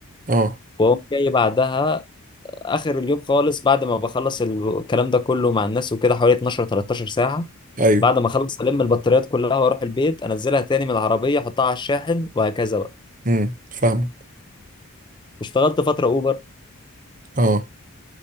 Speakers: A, on the right; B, on the left.
A: اه
B: واقوم جاي بعدها اخر اليوم خالص بعد ما بخلص ال- الكلام ده كله مع الناس وكده حوالي 12 13 ساعه
A: ايوه
B: بعد ما اخلص الم البطاريات كلها واروح البيت انزلها تاني من العربيه احطها على الشاحن وهكذا بقى
A: امم فاهمك
B: واشتغلت فتره اوبر
A: اه